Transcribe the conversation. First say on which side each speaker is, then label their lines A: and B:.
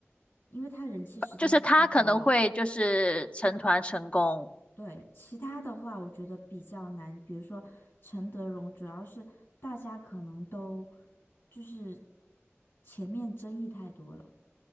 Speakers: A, on the left; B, on the left.
A: 因为他人气实在是太高了。
B: 就是他可能会就是成团成功，
A: 对，其他的话我觉得比较难，比如说陈德容，主要是大家可能都就是前面争议太多了，